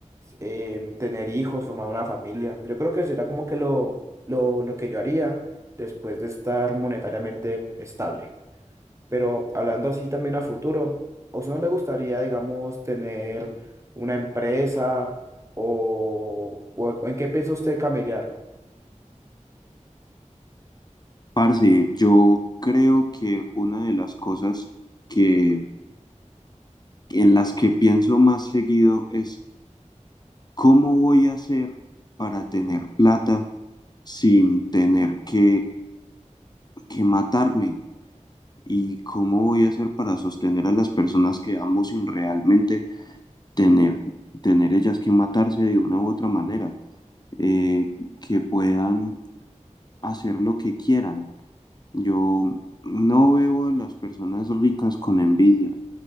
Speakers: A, on the right; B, on the left.
A: eh, tener hijos, formar una familia. Yo creo que sería como que lo, lo, lo que yo haría después de estar monetariamente estable. Pero hablando así también a futuro, ¿a usted no le gustaría, digamos, tener una empresa o, o- o en qué piensa usted camellar?
B: Parce, yo creo que una de las cosas que en las que pienso más seguido es cómo voy a hacer para tener plata sin tener que, que matarme y cómo voy a hacer para sostener a las personas que amo sin realmente tener, tener ellas que matarse de una u otra manera. eh, que puedan hacer lo que quieran. Yo no veo a las personas ricas con envidia,